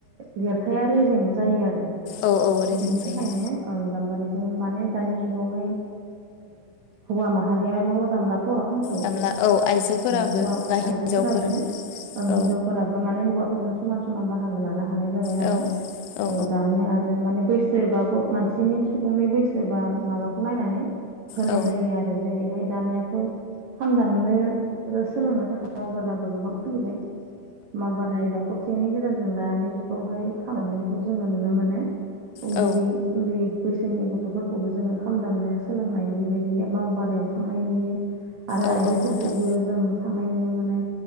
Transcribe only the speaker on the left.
औ औ रेजें
जायो
गामला औ आइजोफोराबो
बा हिन्जावफोराबो
औ
औ औ
औ
औ
औ
औ नोंथां